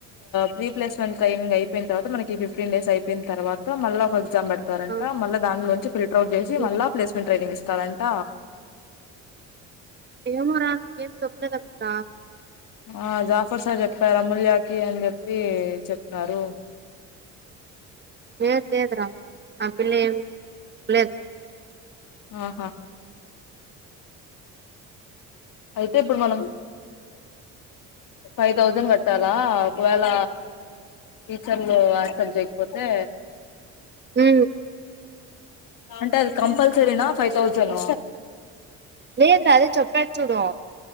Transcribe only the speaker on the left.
ప్రీప్లేస్మెంట్ ట్రైనింగ్ అయిపోయిన తర్వాత మనకి ఫిఫ్టీన్ డేస్ అయిపోయిన తర్వాత మళ్ళ ఒక ఎగ్జామ్ పెడతారంట
మల్లా దాలోంచి ఫిటర్ అట్ చేసి
మళ్ళ ప్లేస్ మెంట్ ట్రైనింగ్ ఇస్ వస్తారంట
ఆ జాఫర్ సార్ చెప్పారు అమూల్యాకి అని చెప్పి చెప్తారు
ఆహా అయితే ఇప్పుడు మనం ఫైవ్ థౌజండ్ కట్టాలా ఒకవేళ చల్ యాక్సెప్ట్ జేయకపోతే
అంటే అది కంపల్సరినా ఫైవ్ తౌసండ్